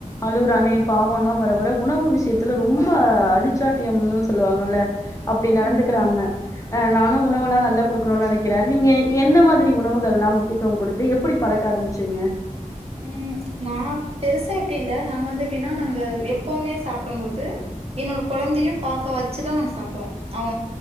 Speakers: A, on the left; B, on the right.
A: அலுவுறானே பாவோன்னா வர வர உணவு விஷயத்ல ரொம்ப அழுச்சாட்டியம்னு சொல்லுவாங்கல்ல அப்டி நடந்துக்குறாங்க
B: ஆமா.
A: அ நானு உணவெல்லா நல்லா குடுக்கணுன்னு நெனக்குறே நீங்க என்ன மாதிரி உணவுகள்ளா முக்கியத்துவ கொடுத்து எப்டி பழக்க ஆரம்பிச்சீங்க
B: ம் நா பெருசா இப்டி இல்ல நாங்க வந்து எப்டின்னா நாங்க எப்பவுமே சாப்டும் போது என்னோட கொழந்தையு பாக்க வச்சுதா நாங்க சாப்டுவோ அவ